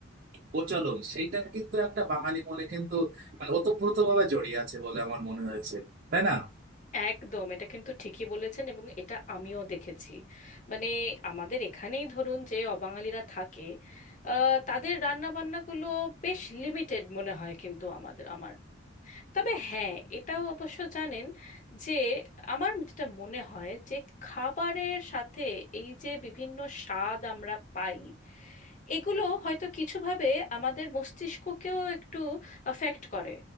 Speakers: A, on the right (about 45°); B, on the left (about 40°).
A: প্রচলন সেইটা কিন্তু একটা বাঙালি মনে কিন্তু মানে ওতপ্রোত ভাবে জড়িয়ে আছে বলে আমার মনে হয়েছে তাই না
B: একদম এটা কিন্তু ঠিকই বলেছেন এবং এটা আমিও দেখেছি মানে আমাদের এখানেই ধরুন যে অবাঙালিরা থাকে আহ, তাদের রান্নাবান্নাগুলো বেশ লিমিটেড মনে হয় কিন্তু আমাদের আমার তবে হ্যাঁ এটাও অবশ্য জানেন যে আমার যেটা মনে হয় যে খাবারের সাথে এই যে বিভিন্ন স্বাদ আমরা পাই এগুলো হয়তো কিছুভাবে আমাদের মস্তিষ্ককেও একটু অ্যাফেক্ট করে